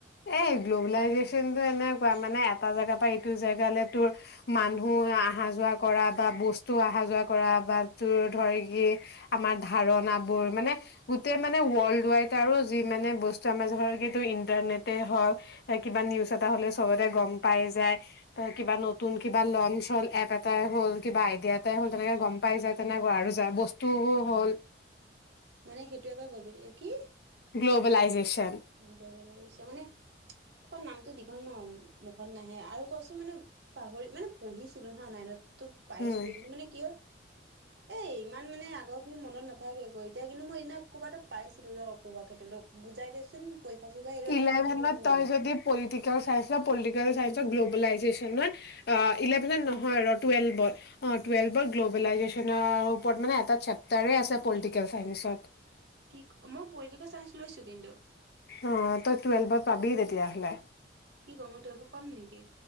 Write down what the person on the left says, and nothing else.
এই গ্ল'বেলাইজেশ্যনটো এনেকুৱা মানে এটা জেগাৰ পৰা এইটো জেগালৈ তোৰ মানুহ আহা যোৱা কৰা বা, বস্তু আহা যোৱা কৰা, বা তোৰ ধৰি কি আমাৰ ধাৰণা বোৰ মানে গোটেই মানে ৱৰ্ল্ড ওৱাইড আৰু যি মানে বস্তু আমাৰ ধৰ ইণ্টাৰনেট টে হওঁক কিবা নিউজ এটা হ'লে চবতে গ'ম পাই যায়। ত কিবা নতুন কিবা লঞ্চ হ'ল এপ এটাই হ'ল কিবা আইডিয়া এটাই হ'ল তেনেকে গ'ম পাই যায় তেনেকা আৰু, যাযৰ বস্তুও হ'ল।
গ্ল'বলাইজেশ্যন।
উম।
ইলেভেনত
তই যদি পলিটিকেল চাইঞ্চ ল, পলিটিকেল চাইঞ্চৰ গ্ল'বেলাইজেশ্যনত অ' ইলেভেনত নহয় ৰ' টুৱেল্ভত। অ', টুৱেল্ভৰ গ্ল'বেলাইজেশ্যনৰ ওপৰত মানে, এটা চেপ্টাৰেই আছে পলিটিকেল চাইন্সত।
অ' তই টুৱেল্ভত পাবি তেতিয়া হ'লে।